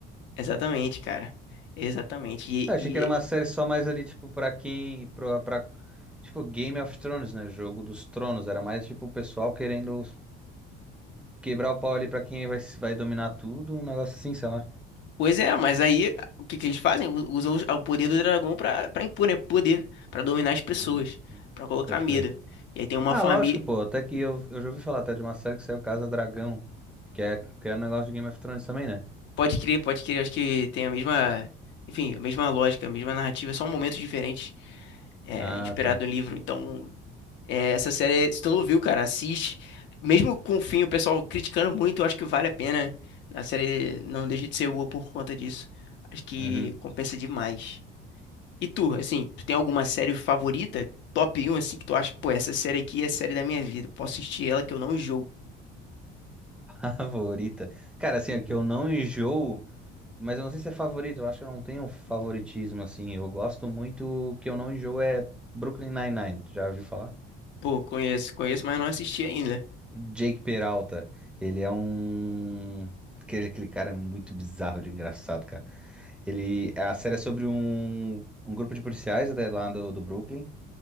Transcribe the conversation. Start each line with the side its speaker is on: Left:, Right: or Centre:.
Left: Exatamente, cara. Exatamente. E,
Centre: Eu achei
Left: e-
Centre: que era uma série só mais ali, tipo, pra quem... Pra, pra- Tipo, Game of Thrones, né? Jogo dos Tronos. Era mais, tipo, o pessoal querendo quebrar o pau ali pra quem vai, vai dominar tudo. Um negócio assim, sei lá.
Left: pois é, mas aí o que que eles fazem? U- Usam os- o poder do dragão pra, pra impor, né? Poder, pra dominar as pessoas,
Centre: Ah,
Left: pra colocar
Centre: pode
Left: medo.
Centre: crer.
Left: E aí tem uma
Centre: Ah,
Left: família.
Centre: lógico, pô. Até que eu, eu já ouvi falar até de uma série que saiu Casa Dragão. Que é, que é um negócio de Game of Thrones também, né?
Left: Pode crer, pode crer. Acho que tem a mesma, enfim, a mesma lógica, a mesma narrativa, só um momento diferente, é,
Centre: Ah,
Left: inspirado
Centre: tá.
Left: no livro. Então, é, essa série, se tu não viu, cara, assiste. Mesmo com o fim, o pessoal criticando muito, eu acho que vale a pena. A série não deixa de ser boa por conta disso. Acho que
Centre: Uhum.
Left: compensa demais. E tu, assim, tu tem alguma série favorita? Top um assim, que tu acha, pô, essa série aqui é a série da minha vida. Posso assistir ela que eu não jogo.
Centre: <laughs> Favorita. Cara, assim, é que eu não enjoo, mas eu não sei se é favorito, eu acho que eu não tenho favoritismo, assim. Eu gosto muito, que eu não enjoo é Brooklyn Nine-Nine, já ouviu falar?
Left: Pô, conheço, conheço, mas não assisti ainda.
Centre: Jake Peralta, ele é um... Aquele, aquele cara é muito bizarro de engraçado, cara. Ele... A série é sobre um, um grupo de policiais né, lá do, do Brooklyn,